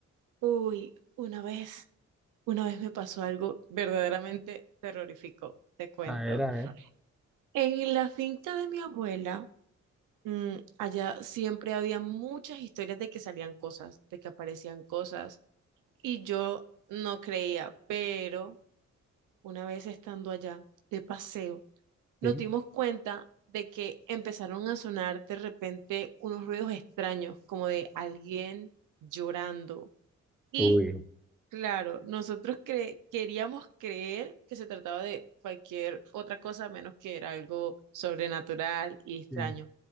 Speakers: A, on the right (about 90°); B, in the centre.
A: Uy, una vez, una vez me pasó algo verdaderamente terrorífico, te cuento.
B: A ver, a ver,
A: En la finca de mi abuela, mm, allá siempre había muchas historias de que salían cosas, de que aparecían cosas, y yo no creía, pero una vez estando allá de paseo, nos
B: así.
A: dimos cuenta de que empezaron a sonar de repente unos ruidos extraños, como de alguien llorando. Y
B: Uy.
A: claro, nosotros cre- queríamos creer que se trataba de cualquier otra cosa menos que era algo sobrenatural y extraño.
B: Sí.